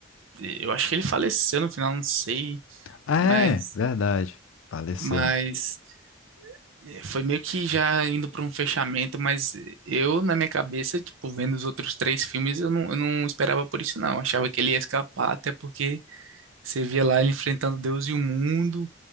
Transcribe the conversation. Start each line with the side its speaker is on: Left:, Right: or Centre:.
Right: eu acho que ele faleceu no final, não sei,
Left: Ah,
Right: mas,
Left: é, verdade. Faleceu.
Right: mas eh, foi meio que já indo para um fechamento, mas eu, na minha cabeça, tipo, vendo os outros três filmes, eu não, eu não esperava por isso, não. Eu achava que ele ia escapar, até porque você via lá ele enfrentando Deus e o mundo